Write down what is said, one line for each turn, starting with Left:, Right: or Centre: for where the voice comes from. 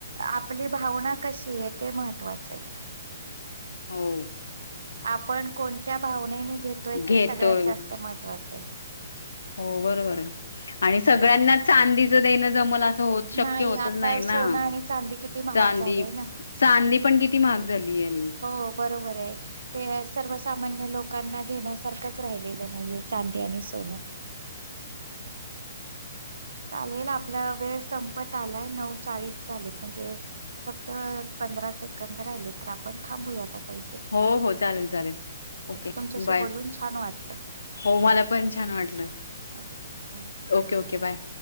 Right: आपले भावना कशी आहे ते महत्वाच आहे.
Left: हो.
Right: आपण कोणत्या भावनेने घेतोय
Left: घेतोय
Right: ते सगळ्यात जास्त महत्वाचं. ते
Left: हो बरोबर आहे. आणि सगळ्यांना
Right: हा
Left: चांदी देण येन जमल अस. होत शक्य
Right: नाही
Left: होतच
Right: आता
Left: नाही
Right: सोनं
Left: ना.
Right: आणि चांदी किती महाग
Left: चांदी,
Right: झालेय ना
Left: चांदी पण किती महाग झाली आहे नि.
Right: हो बरोबर आहे ते सर्वसामान्य लोकांना घेण्यासारखंच राहिलेलं नाहीये चांदी आणि सोन. चालेल आपला वेळ संपत आलाय नऊ चाळीस झालेत म्हणजे फक्त पंधरा सेकंद राहिले तर आपण थांबूयात. इथे.
Left: हो हो चालेल चालेल ओके
Right: तुमच्याशी
Left: बाय
Right: बोलून छान वाटलं
Left: हो मला पण छान वाटलं
Right: okay bye.
Left: Okay okay okay bye